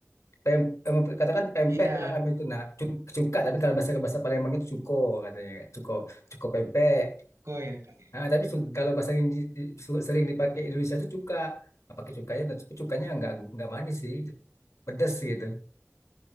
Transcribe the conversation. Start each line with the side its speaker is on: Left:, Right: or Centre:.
Left: Pem, em, katakan pempek
Right: Iya,
Left: tempat kami itu nah cu- cuka tapi kalau bahasa bahasa Palembang itu cuko katanya cuko cuko pempek
Right: kok ya Kak.
Left: nah, tapi
Right: Hmm.
Left: su- kalau bahasa yang di- di- su- sering dipakai Indonesia itu cuka nah, pakai cukanya nah, tapi cukanya nggak nggak manis sih pedes gitu